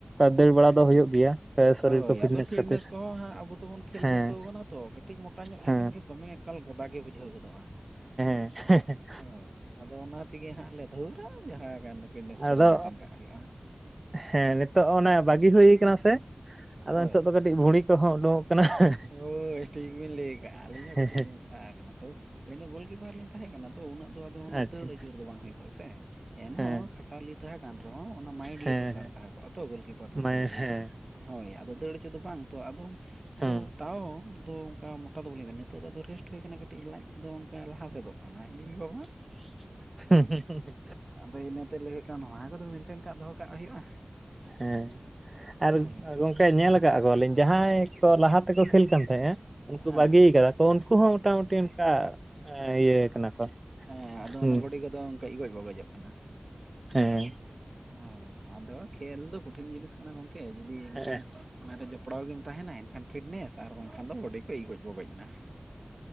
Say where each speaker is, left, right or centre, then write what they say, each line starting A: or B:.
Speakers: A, on the right (about 40°); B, on the right (about 65°).
A: ᱫᱟᱹᱲ ᱵᱟᱲᱟ ᱫᱚ ᱦᱩᱭᱩᱜ ᱜᱮᱭᱟ᱾ ᱥᱚᱨᱤᱨ
B: ᱦᱳᱭ
A: ᱠᱚ
B: ᱟᱫᱚ ᱯᱷᱤᱴᱱᱮᱥ
A: ᱠᱷᱟᱹᱛᱤᱨ
B: ᱠᱚᱦᱚᱸ ᱦᱟᱸᱜ ᱟᱵᱚ ᱫᱚᱵᱚᱱ ᱠᱷᱮᱞ
A: ᱦᱮᱸ
B: ᱯᱟᱹᱨᱠᱟᱹᱣ ᱠᱟᱱᱟ ᱛᱚ ᱠᱟᱹᱴᱤᱡ ᱢᱚᱴᱟ ᱧᱚᱜ
A: ᱦᱮᱸ
B: ᱞᱮᱱᱠᱷᱟᱱ ᱜᱮ ᱫᱚᱢᱮ ᱮᱠᱟᱞ ᱜᱚᱫᱟ ᱜᱮ ᱵᱩᱡᱷᱟᱹᱣ ᱜᱚᱫᱚᱜᱼᱟ᱾
A: ᱦᱮᱸ <unintelligible>
B: ᱦᱳᱭ ᱟᱫᱚ ᱚᱱᱟ ᱛᱮᱜᱮ ᱦᱟᱸᱜ ᱞᱮᱜ ᱫᱷᱩᱨᱟ ᱡᱟᱦᱟᱸ ᱠᱟᱱ ᱯᱷᱤᱴᱱᱮᱥ ᱠᱚᱫᱚ
A: ᱟᱫᱚ
B: ᱢᱮᱱᱴᱮᱱ ᱠᱟᱜ ᱦᱩᱭᱩᱜᱼᱟ᱾
A: ᱦᱮᱸ ᱱᱤᱛᱚᱜ ᱚᱱᱮ ᱵᱟᱹᱜᱤ ᱦᱩᱭ ᱠᱟᱱᱟ ᱥᱮ ᱟᱫᱚ
B: ᱦᱳᱭ
A: ᱱᱤᱛᱚᱜ ᱫᱚ ᱠᱟᱹᱴᱤᱡ ᱵᱷᱩᱲᱤ ᱠᱚᱦᱚᱸ ᱳᱰᱳᱝᱚᱜ ᱠᱟᱱᱟ <unintelligible>
B: ᱦᱳᱭ ᱴᱷᱤᱠ ᱵᱤᱱ ᱞᱟᱹᱭ ᱠᱟᱜᱼᱟ ᱟᱹᱞᱤᱧ ᱦᱚᱸ
A: ᱦᱮᱸ
B: ᱠᱟᱹᱴᱤᱡ
A: ᱦᱮᱸ
B: ᱞᱤᱧ ᱚᱱᱠᱟ ᱠᱟᱱᱟ ᱛᱚ ᱟᱹᱞᱤᱧ ᱫᱚ ᱜᱳᱞᱠᱤᱯᱟᱨ ᱞᱤᱧ ᱛᱟᱦᱮᱸ ᱠᱟᱱᱟ ᱛᱚ ᱩᱱᱟᱹᱜ ᱫᱚ ᱟᱫᱚ ᱚᱱᱟ
A: ᱟᱪᱪᱷᱟ
B: ᱫᱟᱹᱲ ᱟᱹᱪᱩᱨ ᱫᱚ ᱵᱟᱝ ᱦᱩᱭ ᱠᱚᱜᱼᱟ ᱥᱮ ᱮᱱᱦᱚᱸ
A: ᱦᱮᱸ
B: ᱠᱷᱟᱴᱟᱞᱤ ᱛᱟᱦᱮᱸ ᱠᱟᱱ ᱨᱮᱦᱚᱸ ᱚᱱᱟ ᱢᱟᱭᱤᱱᱰᱞᱤ
A: ᱦᱮᱸ
B: ᱯᱮᱥᱟᱨ
A: ᱦᱮᱸ
B: ᱛᱟᱦᱮᱸ ᱠᱚᱜᱼᱟ ᱛᱚ ᱜᱳᱞᱠᱤᱯᱟᱨ ᱫᱚ
A: ᱢᱟ
B: ᱠᱷᱮᱞ ᱨᱮ
A: ᱦᱮᱸ
B: ᱦᱳᱭ ᱟᱫᱚ ᱫᱟᱹᱲ ᱟᱹᱪᱩᱨ ᱫᱚ ᱵᱟᱝ ᱛᱚ ᱟᱫᱚᱢ
A: ᱦᱮᱸ
B: ᱫᱚ ᱛᱟᱣ ᱟᱫᱚ ᱚᱱᱠᱟ ᱢᱚᱴᱟ ᱫᱚ ᱵᱟᱹᱞᱤᱧ ᱛᱟᱦᱮ ᱠᱟᱱᱟ ᱱᱤᱛᱚᱜ ᱫᱚ ᱟᱫᱚ ᱨᱮᱥᱴ ᱦᱩᱭ ᱠᱟᱱᱟ ᱠᱟᱹᱴᱤᱡ ᱞᱟᱡ ᱫᱚ ᱚᱱᱠᱟ ᱞᱟᱦᱟ ᱥᱮᱫᱚᱜ ᱠᱟᱱᱟ ᱞᱟᱹᱭ ᱫᱤᱧ ᱤ ᱵᱟᱵᱟ᱾
A: <unintelligible> ᱦᱩᱸ ᱦᱩᱸ ᱦᱩᱸ ᱦᱩᱸ ᱾
B: ᱟᱫᱚ ᱟᱫᱚ ᱤᱱᱟᱹ ᱛᱮ ᱞᱟᱹᱭ ᱦᱩᱭᱩᱜ ᱠᱟᱱᱟ ᱱᱚᱣᱟ ᱠᱚᱫᱚ ᱢᱮᱱᱴᱮᱱ ᱠᱟᱜ ᱫᱚᱦᱚ ᱠᱟᱜ ᱦᱩᱭᱩᱜᱼᱟ᱾
A: ᱦᱮᱸ ᱟᱨ
B: ᱦᱳᱭ
A: ᱜᱚᱢᱠᱮ ᱧᱮᱞ ᱠᱟᱜ ᱠᱚᱣᱟᱞᱤᱧ ᱡᱟᱦᱟᱸᱭ ᱠᱚ ᱞᱟᱦᱟ ᱛᱮᱠᱚ ᱠᱷᱮᱞ ᱠᱟᱱ ᱛᱟᱦᱮᱸᱜᱼᱟ ᱩᱱᱠᱩ
B: ᱦᱮᱸ
A: ᱵᱟᱹᱜᱤᱭᱟᱠᱟᱫᱟ ᱛᱚ ᱩᱱᱠᱩ ᱦᱚᱸ ᱢᱚᱴᱟ ᱢᱩᱴᱤ ᱚᱱᱠᱟ ᱤᱭᱟᱹ ᱠᱟᱱᱟ ᱠᱚ
B: ᱦᱮᱸ ᱟᱫᱚ
A: ᱦᱩᱸ
B: ᱚᱱᱟ ᱵᱚᱰᱤ ᱠᱚᱫᱚ ᱚᱱᱠᱟ ᱤᱜᱚᱡ ᱵᱚᱜᱚᱡᱚᱜ ᱠᱟᱱᱟ᱾
A: ᱦᱮᱸ
B: ᱦᱳᱭ ᱟᱫᱚ ᱠᱷᱹᱮᱞ ᱫᱚ ᱠᱚᱴᱷᱤᱱ ᱡᱤᱱᱤᱥ ᱠᱟᱱᱟ ᱜᱚᱢᱠᱮ ᱡᱩᱫᱤ ᱚᱱᱠᱟ
A: ᱦᱮᱸ
B: ᱚᱱᱟᱨᱮ ᱡᱚᱯᱲᱟᱣ ᱜᱮᱢ ᱛᱟᱦᱮᱱᱟ ᱮᱱᱠᱷᱟᱱ ᱯᱷᱤᱴᱱᱮᱥ ᱟᱨ ᱵᱟᱝᱠᱷᱟᱱ ᱫᱚ ᱵᱚᱰᱤ ᱠᱚ ᱤᱜᱚᱡ ᱵᱚᱜᱚᱡ ᱮᱱᱟ᱾